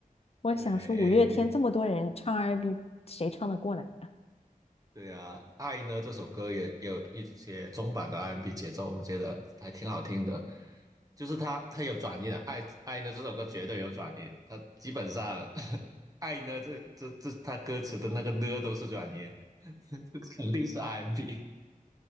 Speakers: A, on the left; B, on the right.
A: 我想说五月天这么多人唱
B: 对，
A: R&B，n 谁唱得过来？
B: 对啊，《爱》呢这首歌也也有一些中版的 R&B 节奏，我觉得还挺好听的。就是它它有转音的，《爱爱》呢这首歌绝对有转音，它基本上 <laughs>《爱》呢这这这它歌词的那个呢都是转音，<laughs> 这肯定是 R&B。